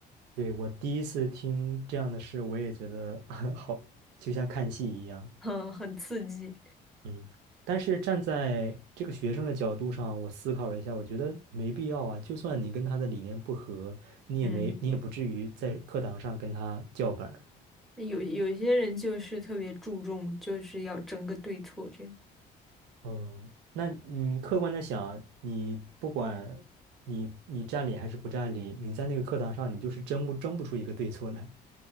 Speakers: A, on the right (about 85°); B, in the centre.
A: 对，我第一次听这样的事，我也觉得 <laughs> 好，就像看戏一样。
B: <laughs> 很很刺激。
A: 嗯，但是站在这个学生的角度上，我思考了一下，我觉得没必要啊。就算你跟他的理念不合，你也没，
B: 嗯。
A: 你也不至于在课堂上跟他叫板。
B: 有有些人就是特别注重，就是要争个对错这样。
A: 嗯，那你客观的想，你不管你你占理还是不占理，你在那个课堂上，你就是争不争不出一个对错来。